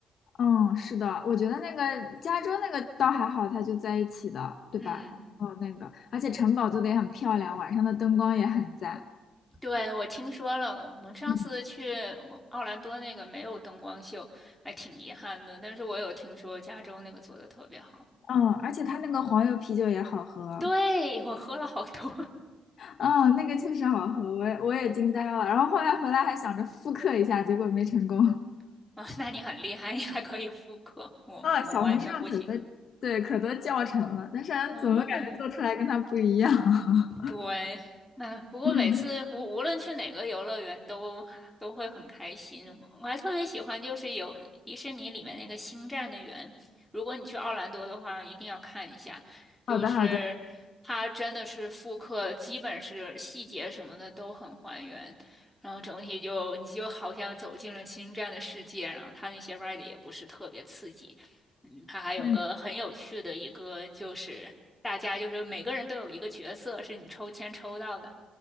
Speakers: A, on the left; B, in the centre.
A: 嗯，是的，我觉得那个加州那个倒还好，它就在一起的，对吧？
B: 嗯。
A: 哦，那个，而且城堡做的也很漂亮，晚上的灯光也很赞。
B: 对，我听说了，我们上次去我奥兰多那个没有灯光秀，
A: 嗯，
B: 还挺遗憾的。但是我有听说加州那个做的特别好。
A: 嗯，而且它那个黄油啤酒也好喝。
B: 对，我喝了好多
A: 嗯，那个确实好喝，我也我也惊呆了。然后后来回来还想着复刻一下，结果没成功。
B: <laughs> 啊，那你很厉害，你还可以复刻，我我完全不行。
A: 啊，小红书上可多，对，可多教程了，但是俺怎么感觉做出来跟它不一样？
B: 哦，
A: <laughs>
B: 对，嗯，不过每次无无论去哪个游乐园都都会很开心。
A: 嗯，
B: 我还特别喜欢就是有迪士尼里面那个星战的园，如果你去奥兰多的话，一定要看一下，就是它真的是复刻，
A: 好的，好的，
B: 基本是细节什么的都很还原，然后整体就你就好像走进了星战的世界，然后它那些 r i d 也不是特别刺激。嗯，它还有个很有趣的一个，
A: 嗯，
B: 就是大家就是每个人都有一个角色是你抽签抽到的，